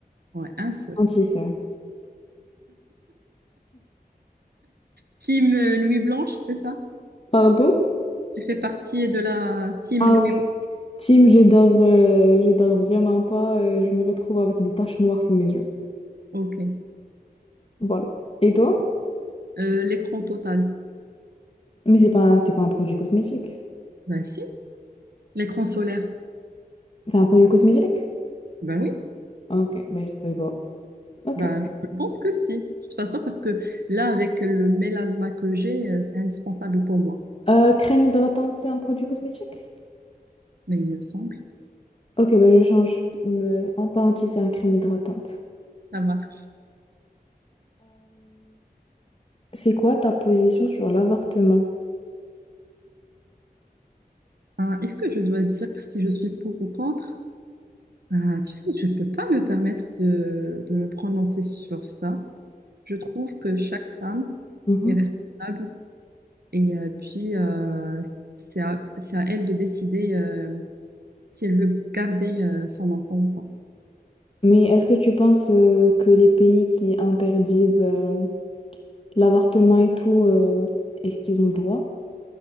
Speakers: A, on the right; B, on the left.
A: ouais, un seul.
B: anti-cernes.
A: Team euh, Nuit Blanche, c'est ça?
B: Pardon?
A: Tu fais partie de la team
B: Ah
A: Nuit
B: oui,
A: Blanche.
B: Tim je dors, euh, je dors vraiment pas, euh, je me retrouve avec des taches noires sous mes yeux.
A: Ok.
B: Voilà. Et toi?
A: Euh, l'écran total?
B: Mais c'est pas, un- c'est pas un produit cosmétique.
A: Ben si. L'écran solaire?
B: C'est un produit cosmétique?
A: Ben oui.
B: Ok, ben je savais pas. Ok.
A: Ben, je pense que si. De toute façon, parce que là, avec le mélasma que j'ai, euh, c'est indispensable pour moi.
B: Euh, crème hydratante, c'est un produit cosmétique?
A: Mais il me semble,
B: Ok, ben je change. Euh, en pas anti, c'est un crème hydratante.
A: ça marche.
B: C'est quoi ta position sur l'avortement?
A: Ah, est-ce que je dois dire si je suis pour ou contre? Ah, tu sais, je ne peux pas me permettre de, de me prononcer sur ça. Je trouve que chaque femme
B: Mhm.
A: est responsable et euh, puis euh, c'est à, c'est à elle de décider euh, si elle veut garder euh, son enfant ou pas.
B: Mais est-ce que tu penses euh, que les pays qui interdisent euh, l'avortement et tout, euh, est-ce qu'ils ont le droit?